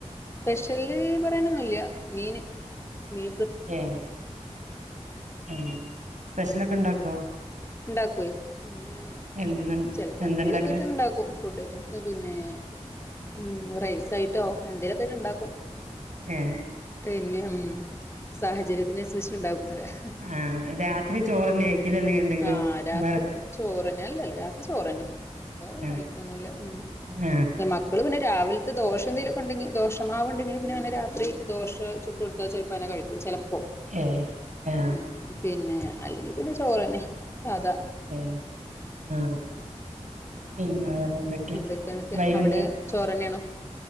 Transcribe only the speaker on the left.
സ്പെഷ്യല് പറയാനൊന്നുല്ല മീന് മീ
ഇണ്ടാകൊയ് അങ്ങനെ
ചിലപ്പോ
എന്തെലൊക്കായിട്ട് ഇണ്ടാക്കും. ഫുഡ് ഐറ്റംസ് പിന്നെ ഉം റൈസായിട്ടോ എന്തേ ലൊക്കെ ആയിട്ട് ഉണ്ടാക്കും.
പിന്നെ ഉം സാഹചര്യത്തിനനുസരിച്ച്ണ്ടാക്കുന്ന റയാ.
ആഹ് രാത്രി
ചോറന്നെ അല്ലല്ല രാത്രി ചോറന്നെ വേറൊന്നും
കഴിക്കൊന്നുല്ല പിന്നെ
മകൾ ഇപ്പോൾ പിന്നെ രാവിലത്തെ ദോഷ എന്തേങ്കിലൊ കെണ്ടെങ്കി ദോഷമാവ്ണ്ടെങ്കി പിന്നെ അങ്ങനെ രാത്രി ദോശ ചു ടുത്താൽ ചിലപ്പോ അങ്ങനെ കഴിക്കും ചിലപ്പോൾ
ഉ പിന്നെ അല്ലെങ്കിൽ പിന്നെ ചോറ് തന്നെ. സാധ
എന്തൊക്കെന്നൊക്കെ
അവിടെ ചോറന്നെയാണോ